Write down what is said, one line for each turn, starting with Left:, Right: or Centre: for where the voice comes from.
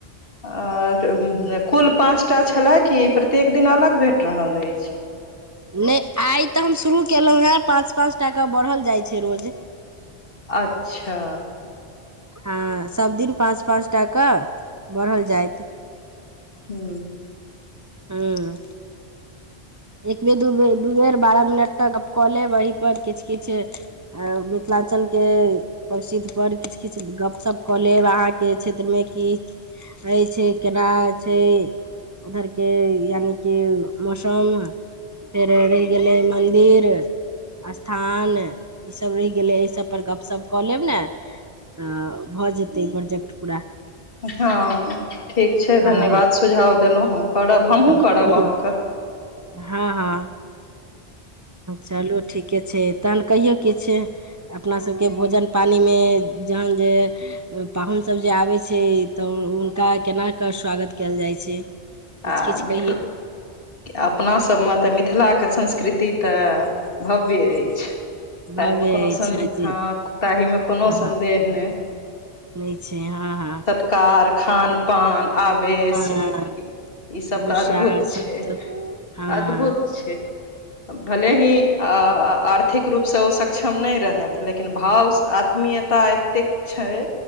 Left: आ कुल पाँच टा छलए की प्रत्येक दिन अलग भेट रहल अछि
Right: नहि आइ तऽ हम शुरू केलहुॅं हें पाँच पाच टा केँ बढ़ल जाइ छै रोज
Left: अच्छा
Right: हँ सब दिन पाँच पाँच टा क बढ़ल जायइत
Left: हू
Right: हुँ एक बेर दू बेर दू बेर बारह मिनट के गप्प कऽ लेब वही किछु किछु अऽ मिथिलांचल के प्रसिद्ध पर किछ किछ गप शप कऽ लेब अहाँ के क्षेत्र मे कि रहेछै केना छै उधर के यानि कि मौसम फेर रहि गेलै मंन्दिर स्थान ई सब रहि गेलै एहि सब पर गप शप कऽ लेब न तऽ भऽ जेतै प्रोजेक्ट पूरा
Left: हाँ ठीक छै
Right: हँ
Left: धन्यवाद सुझाव देलहुँ हम करब हमहुँ
Right: हँ
Left: करब अहाँ कऽ
Right: हँ हँ चलू ठीके छै तहन कहियौ किछ अपना सबके भोजन पानिमे जहन जे पाहुनसभ जे आबैत छै तऽ हुनका केनाकऽ स्वागत कयल जाइत छै किछु
Left: आ
Right: किछु
Left: मिथिला
Right: कहियौ
Left: अपनासभमे तऽ मिथिलाके संस्कृति तऽ भव्य अछि तहि
Right: भव्य
Left: मे कोनो
Right: अछि
Left: सन
Right: जी
Left: तहि मे कोनो
Right: हँ
Left: सन्देह
Right: हँ
Left: नहि
Right: नहि छै हाँ हाँ
Left: कार खान पान आवेश
Right: पान
Left: ई सब
Right: भूसा
Left: तऽ अद्भुत
Right: सब
Left: छै
Right: तऽ हँ हँ
Left: अद्भुत छै भले ही आ आ आर्थिक रूप सँ ओ सक्षम नहि रहेत लेकिन भाव आत्मीयता एतेक छै